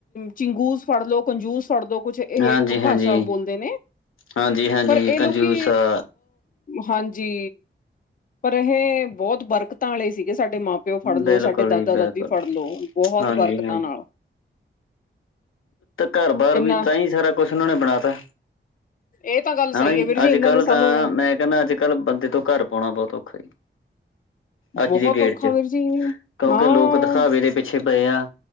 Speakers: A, on the left; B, on the left.
A: ਚਿੰਗੂਸ ਫੜਲੋ, ਕੰਜੂਸ ਫੜਲੋ ਕੁੱਛ ਇਹ
B: ਹਾਂਜੀ
A: ਇੱਕ
B: ਹਾਂਜੀ
A: ਭਾਸ਼ਾ ਬੋਲਦੇ ਨੇ,
B: ਹਾਂਜੀ ਹਾਂਜੀ
A: ਪਰ ਇਹ
B: ਕੰਜੂਸ
A: ਲੋਕੀ
B: ਆ
A: ਹਾਂਜੀ, ਪਰ ਇਹ ਬਹੁਤ ਬਰਕਤਾਂ ਵਾਲੇ ਸੀ, ਸਾਡੇ ਮਾ ਪਿਓ, ਫੜਲੋ,
B: ਬਿਲਕੁਲ
A: ਸਾਡੇ ਦਾਦਾ-ਦਾਦੀ
B: ਜੀ ਬਿਲਕੁਲ
A: ਫੜਲੋ, ਬਹੁਤ
B: ਹਾਂਜੀ
A: ਬਰਕਤਾਂ ਨਾਲ‌‌।
B: ਘਰ-ਬਾਰ
A: ਇਹਨਾਂ
B: ਵੀ ਤਾਂ ਈ ਸਾਰਾ ਕੁਛ ਉਹਨਾਂ ਨੇ ਬਣਾਤਾ‌।
A: ਇਹ ਤਾਂ ਗੱਲ ਸਹੀ
B: ਹੈਨਾ ਜੀ,
A: ਹੈ ਵੀਰ
B: ਅੱਜ-ਕੱਲ
A: ਇਹਨਾਂ ਨੇ ਸਾਨੂੰ
B: ਤਾਂ ਮੈਂ ਕਹਿੰਨਾ, ਅੱਜ-ਕੱਲ ਬੰਦੇ ਤੋਂ ਘਰ ਪਾਣਾ ਬਹੁਤ ਔਖਾ ਸੀ। ਅੱਜ
A: ਬਹੁਤ
B: ਦੀ ਡੇਟ
A: ਔਖਾ
B: 'ਚ
A: ਵੀਰ ਜੀ
B: ਕਿਉਂਕਿ
A: ਹਾਂ
B: ਲੋਕ ਦਿਖਾਵੇ ਦੇ ਪਿ ਪਿੱਛੇ ਪਏ ਆ